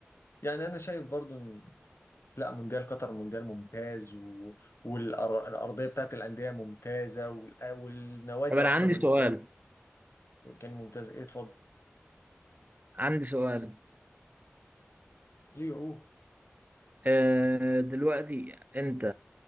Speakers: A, on the left (about 75°); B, on the right (about 40°).
A: يعني انا شايف برضو ان لا مونديال قطر مونديال ممتاز و... والارضيه بتاعت الانديه ممتازه وال... والنوادي
B: طب انا
A: اصلا
B: عندي
A: والاستاد
B: سؤال
A: كان ممتاز ايه اتفضل
B: عندي سؤال
A: ايه اوه
B: آه، دلوقتي انت